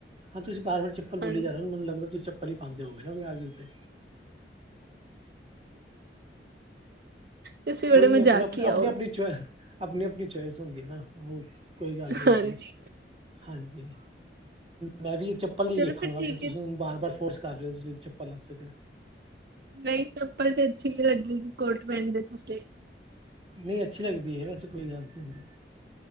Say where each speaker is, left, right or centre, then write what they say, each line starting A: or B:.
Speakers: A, on the right (about 30°); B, on the right (about 60°).
A: ਹਾਂ ਤੁਸੀਂ ਵਾਰ ਚੱਪਲ
B: ਹਾਂਜੀ
A: ਬੋਲੀ ਜਾ ਰਹੇ ਮੈਨੂੰ ਲੱਗਦਾ ਤੁਸੀ ਚੱਪਲ ਹੀ ਪਾਉਂ ਹੋਗੇ ਨਾ ਵਿਆਹ ਉੱਤੇ
B: ਤੁਸੀਂ ਬੜੇ
A: ਕੋਈ ਨੀ
B: ਮਜ਼ਾਕੀਆ
A: ਆਪਣੇ ਆਪ ਆਪਣੀ
B: ਹੋ
A: ਆਪਣੀ ਆਪਣੀ ਆਪਣੀ ਚੁਆਇਸ ਹੁੰਦੀ ਨਾ ਉਹ ਕੋਈ ਗੱਲ ਨਹੀਂ ਹੁੰਦੀ
B: ਹਾਂਜੀ
A: ਹਾਂਜੀ ਮੈਂ ਵੀ ਇਹ ਚਪਲੀ
B: ਚਲੋ
A: ਵੇਖਾਂਗਾ
B: ਠੀਕ
A: ਫਿਰ ਤੁਸੀਂ
B: ਹੈ
A: ਨੂੰ ਬਾਰ ਬਾਰ ਫੋਰਸ ਕਰ ਰਹੇ ਹੋ ਤੁ ਚੱਪਲਾ ਸਕ ਤਾਂ
B: ਨਹੀਂ ਚੱਪਲ ਤੇ ਅੱਛੀ ਨ ਲੱਗੇਗੀ ਕੋਟ ਪੈਣ ਦੇ ਥੱਲੇ
A: ਨਹੀਂ ਅੱਛੀ ਲਗਦੀ ਹੈ ਵੈਸੇ, ਕੋਈ ਗ਼ਲਤ ਨਹੀਂ ਹੁੰਦੀ